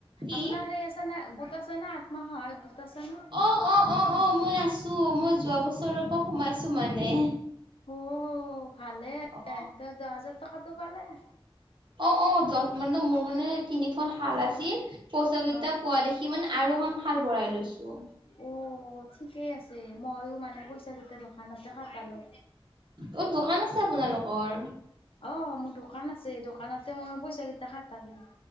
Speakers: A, on the right; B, on the left.
A: কি
B: আপোনাৰ সেই আছে নে? গোট আছে নে আত্মসহায়ক গোট? আছে নে?
A: অ', অ', অ', অ', মই আছো। মই যোৱা বছৰৰ পৰা সোমাইছো মানে।
B: অ', ভালে,
A: অ
B: ত' দহ হাজাৰ টকাটো পালে?
A: অ', অ', দহ মান, মোৰ মানে তিনিখন শাল আছে। <unintelligible> পইচাকিতা
B: অ'।
A: পোৱা দেখি মান আৰু এখন শাল বৰাই লৈছো।
B: অ', ঠিকেই আছে। মইও মানে পইচা কেইটা দোকানত <unintelligible> পালো,
A: অ দোকান আছে আপোনালোকৰ
B: অ', মোৰ দুখ দোকান আছে, দোকানতে মই পইচা কেইটা খাটালো।